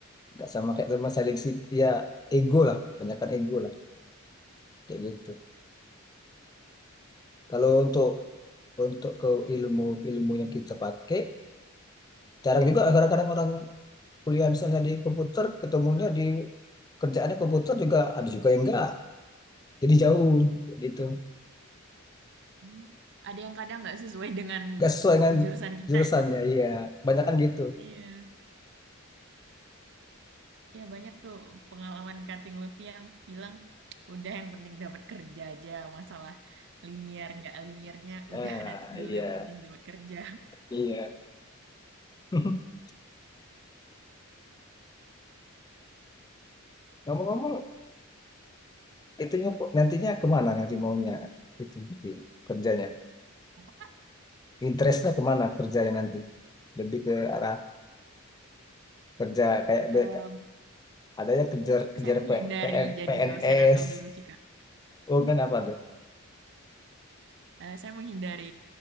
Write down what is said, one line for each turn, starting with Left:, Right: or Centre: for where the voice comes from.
Left: Nggak sama kayak teman seleksi ya ego lah, banyakkan ego lah kayak gitu. Kalau untuk untuk ke ilmu ilmu yang kita pakai Jarang juga kadang-kadang orang kuliah misalnya di komputer ketemunya di kerjaannya komputer juga ada juga yang enggak. Jadi jauh gitu.
Right: Hmm. Ada yang kadang nggak sesuai dengan
Left: Enggak sesuai dengan
Right: jurusan kita
Left: jurusannya.
Right: ya.
Left: Iya, banyak kan gitu.
Right: Iya. Ya banyak tuh pengalaman cutting Lutfi yang bilang, udah yang penting dapat kerja aja, masalah linear nggak linearnya,
Left: Ah,
Right: udah nanti dulu
Left: iya,
Right: yang penting dapat kerja.
Left: iya. <laughs> Ngomong-ngomong, itunya nantinya kemana nanti maunya itu di kerjanya?
Right: Apakah
Left: Interestnya kemana kerjanya nanti? Lebih ke arah kerja kayak
Right: em,
Left: be- ada yang kejar kejar
Right: saya menghindari
Left: P- PN
Right: jadi
Left: PNS,
Right: dosen atau guru sih Kak.
Left: oh kan apa tuh?
Right: Eh, saya menghindari